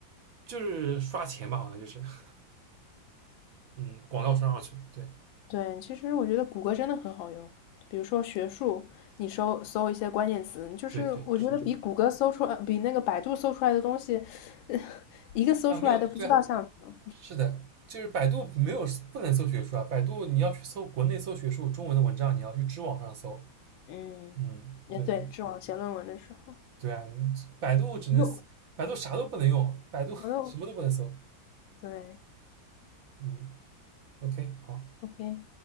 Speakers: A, on the right; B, on the left.
A: 就是刷钱吧，好像就是，<laughs> 嗯，广告刷上去，对
B: 对，其实我觉得谷歌真的很好用，比如说学术，你搜搜一些关键词，就是我觉得比谷歌搜出来，
A: 对对，是的，
B: 比那个百度搜出来的东西，<laughs> 呃一个搜出来的不知道像什么。
A: 啊，没有，对啊，是的，就是百度没有不能搜学术啊，百度你要去搜国内搜学术中文的文章，你要去知网上搜，
B: 嗯，
A: 嗯，
B: 也对，
A: 对
B: 知网写论文的时候，
A: 对啊，你百度只能
B: 我都
A: 百度啥都不能用，百度
B: 我都
A: <laughs> 什么都不能搜，
B: 对
A: 嗯，OK，好，
B: ，OK。